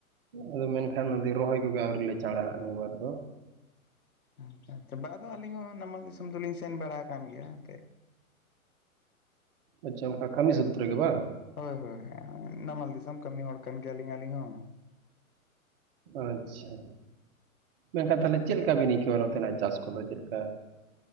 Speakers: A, on the right; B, on the left.
A: ᱟᱫᱚ ᱢᱮᱱᱠᱷᱟᱱ ᱫᱚ ᱨᱚᱦᱚᱭ ᱠᱚᱜᱮ ᱟᱹᱣᱨᱤ ᱞᱮ ᱪᱟᱲᱟ-ᱟ ᱱᱤᱭᱟᱹ ᱵᱟᱨ ᱫᱚ᱾
B: ᱟᱪᱪᱷᱟ ᱟᱪᱪᱷᱟ ᱵᱟ ᱫᱚ ᱟᱹᱞᱤᱧ ᱦᱚᱸ ᱱᱟᱢᱟᱞ ᱫᱤᱥᱚᱢ ᱫᱚᱞᱤᱧ ᱥᱮᱱ ᱵᱟᱲᱟ ᱟᱠᱟᱱ ᱜᱮᱭᱟ ᱦᱮᱛᱮᱜ᱾
A: ᱟᱪᱪᱷᱟ ᱚᱱᱠᱟ ᱠᱟᱹᱢᱤ ᱥᱩᱛᱨᱚ ᱜᱮ ᱵᱟᱝ?
B: ᱦᱳᱭ ᱦᱳᱭ ᱱᱟᱢᱟᱞ ᱫᱤᱥᱚᱢ ᱠᱟᱹᱢᱤ ᱦᱚᱲ ᱠᱟᱱ ᱜᱮᱭᱟᱞᱤᱧ ᱟᱹᱞᱤᱧ ᱦᱚᱸ᱾
A: ᱟᱪᱪᱷᱟ ᱢᱮᱱᱠᱷᱟᱱ ᱛᱟᱦᱚᱞᱮ ᱪᱮᱫ ᱞᱮᱠᱟ ᱵᱤᱱ ᱟᱹᱭᱠᱟᱹᱣᱟ ᱱᱚᱛᱮᱱᱟᱜ ᱪᱟᱥ ᱠᱚᱫᱚ ᱪᱮᱫ ᱞᱮᱠᱟ᱾